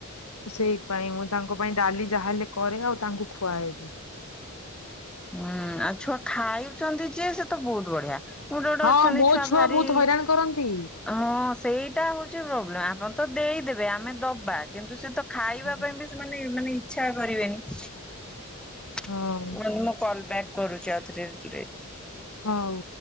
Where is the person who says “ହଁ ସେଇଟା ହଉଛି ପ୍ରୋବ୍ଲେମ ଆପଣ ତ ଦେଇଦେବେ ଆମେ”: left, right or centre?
Centre